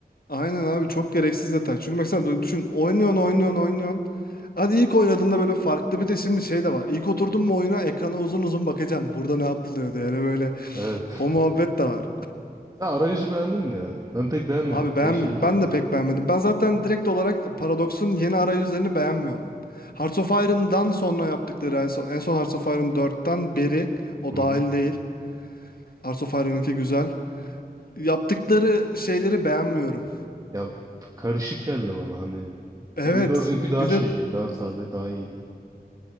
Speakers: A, on the left (about 65°); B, on the right (about 20°).
A: Aynen abi çok gereksiz detay. Çünkü mesela düşün oynuyorsun oynuyorsun oynuyorsun. Hadi ilk oynadığında böyle farklı bir de şimdi şey de var. İlk oturdun mu oyuna ekrana uzun uzun bakacaksın. Burada ne yapılıyor diye yani böyle
B: Evet.
A: o muhabbet de var.
B: <laughs> Sen arayüzü beğendin mi ya? Ben pek beğenmedim.
A: Abi ben
B: Değişebilir.
A: ben de pek beğenmedim. Ben zaten direkt olarak Paradox'un yeni arayüzlerini beğenmiyorum. Hearts of Iron'dan sonra yaptıkları en son, en son Hearts of Iron 4'ten beri o
B: Hı
A: dahil
B: hı.
A: değil. Hearts of Iron güzel. Yaptıkları şeyleri beğenmiyorum.
B: Ya karışık geldi bana hani.
A: Evet.
B: EU4'ünki daha
A: Bir
B: şeydi.
A: de
B: Daha sade, daha iyiydi.